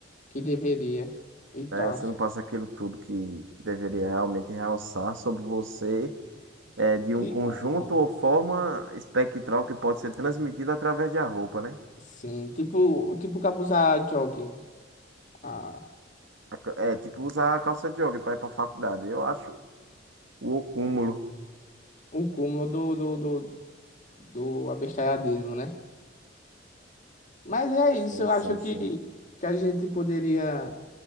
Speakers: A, on the left (about 40°); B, on the right (about 80°).
A: que deveria e tal.
B: É, você não passa aquilo tudo que, que deveria realmente realçar sobre você, é, de
A: Tipo.
B: um conjunto ou forma espectral que pode ser transmitida através da roupa, né?
A: Sim, tipo, tipo cabuzar jockey. Ah,
B: A ca- É, tipo usar a calça de jogo pra ir pra faculdade. Eu acho o cúmulo.
A: o cúmulo do, do, do, do abestalhadismo, né? Mas é isso,
B: Sim,
A: eu
B: sim,
A: acho que,
B: sim.
A: que a gente poderia,